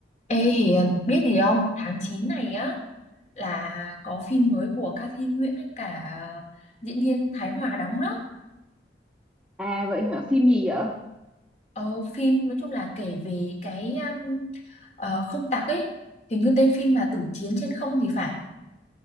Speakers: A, on the left; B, in the centre.
A: Ê Hiền, biết gì không? Tháng 9 này á là có phim mới của ca Thi Nguyễn với cả diễn viên Thái Hòa đóng đó.
B: À vậy hả? Phim gì vậy?
A: Ờ, phim nói chung là kể về cái um, ờ, không tặc ấy. Hình như tên phim là Tử Chiến Trên Không thì phải.